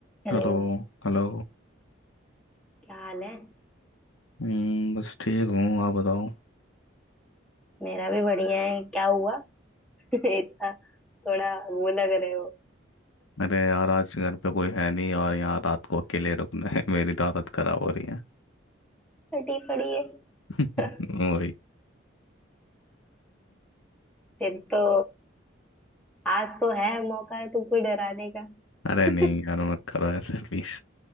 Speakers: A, in the centre; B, on the left.
A: Hello
B: Hello Hello
A: क्या हाल है
B: हम्म, बस ठीक हूँ आप बताओ
A: मेरा भी बढ़िया है क्या हुआ <laughs> इतना थोड़ा वो लग रहे हो
B: अरे यार आज घर पे कोई है नहीं और यहाँ रात को अकेले रुकना है <laughs> मेरी तो हालत खराब हो रही है
A: फटी पड़ी है <laughs>
B: <laughs> वही
A: फिर तो आज तो है मौका है तुमको डराने का
B: अरे
A: <laughs>
B: नहीं यार मत करो ऐसे प्लीज